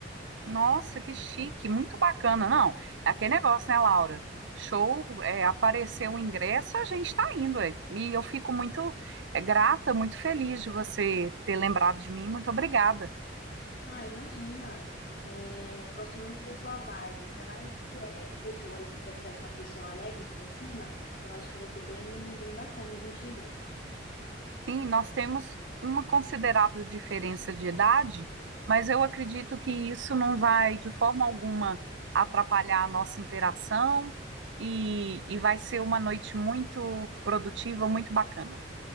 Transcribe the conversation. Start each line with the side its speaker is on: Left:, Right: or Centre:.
Right: Nossa, que chique, muito bacana. Não, é aquele negócio, né, Laura? Show, é, apareceu o ingresso, a gente tá indo, é. E eu fico muito, é, grata, muito feliz de você ter lembrado de mim. Muito obrigada.
Left: Ah, imagina. É, eu gosto muito da sua vibe, ainda mais que, é, que o show a gente vai precisar de uma pessoa alegre pra cima. Eu acho que vai ser bem, bem bacana a gente ir junto.
Right: Sim, nós temos uma considerável diferença de idade, mas eu acredito que isso não vai de forma alguma atrapalhar a nossa interação e, e vai ser uma noite muito produtiva, muito bacana.